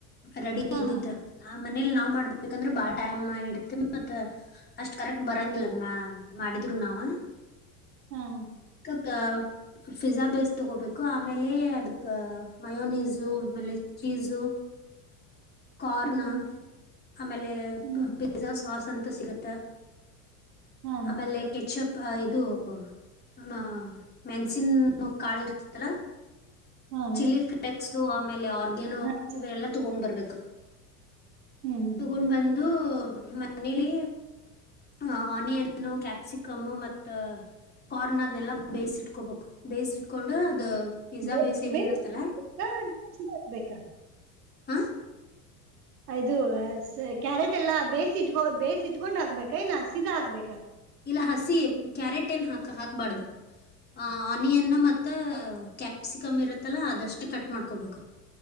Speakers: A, on the left; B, on the right.
A: ರೆಡಿ
B: ಹಾ
A: ಇದ್ದಿದ್ದ
B: ಹಾ
A: ಮನೇಲಿ ನಾವ್ ಮಾಡ್ಬೇಕಂದ್ರೆ ಬಾಳ ಟೈಮ್ ಇಡತ್ತೆ ಮತ್ತತ್ ಅಷ್ಟ್ ಕರೆಕ್ಟ್ ಬರಂಗಿಲ್ಲ ಅದ್ ಮಾಡಿದ್ರು ನಾವ್
B: ಹಾ ಹ
A: ಆ <unintelligible> ಫಿಝಾ ಬೇಸ್ ತೊಗೋಬೇಕು ಆಮೇಲೆ ಅದಕ್ಕೆ ಮಯೋನೀಸು ಆಮೇಲೆ ಚೀಝು ಕಾರ್ನ್
B: ಹ್ಮ್
A: ಆಮೇಲೆ
B: ಹ್ಮ್ ಹ್ಮ್
A: ಪಿಜಾ ಸಾಸ್ ಸಂತು ಸಿಗುತ್ತೆ
B: ಹಾ
A: ಆಮೇಲೆ ಕೆಚ್ಚಪ್ ಹ ಇದು ಹ ಮೇನ ಚಿನ್ ಕಾಳಿ ಇರ್ತತ್ತಲಾ
B: ಹಾ
A: ಚಿಲ್ಲಿ ಫ್ಲೇಕ್ಸ್ ಆಮೇಲೆ ಆರ್ಗ್ಯನೋ
B: ಹಾ ಹಾ
A: ಇವೆಲ್ಲ ತಗೊಂಡ್ ಬರ್ಬೇಕು ತ್ತ
B: ಹ್ಮ್ ಹ್ಮ್
A: ತಗೊಂಡ್ ಬಂದು ಮನೇಲಿ ಅಹ ಆನಿಯನ್ನು ಕ್ಯಾಪ್ಸಿಕಮ್ ಮತ್ತ ಕಾರ್ನ್ ಅದನೆಲ್ಲ ಬೇಯಿಸಿ ಇಟ್ಕೋಬೇಕು ಬೇಯಿಸಿ ಇಟ್ಕೊಂಡು ಅದ ಪಿಜ್ಜಾ
B: ಹಗ್ಬೇಕಾ
A: ಬೇಸ್ ಏನ್ ಇರತ್ತಲ್ಲ
B: <unintelligible>
A: ಹಾ
B: ಅದು ಕ್ಯಾರೆಟ್ ಎಲ್ಲಾ ಬೇಯಿಸಿ ಇಟ್ಕೊ ಬೇಯಸ ಇಟ್ಕೊಂಡ್ ಹಾಕ್ಬೇಕ ಏನ್ ಹಸೀದಾ ಹಾಕ್ಬೇಕ
A: ಇಲ್ಲ ಹಸಿ ಕ್ಯಾರೆಟ್ ಏನ್ ಹಾಕ ಹಾಕ್ಬಾರ್ದ ಆ ಆನಿಯನ್ ಮತ್ತ ಕ್ಯಾಪ್ಸಿಕಮ್ ಇರತ್ತಲ್ಲ ಅದಷ್ಟು ಕಟ್ ಮಾಡ್ಕೋಬೇಕ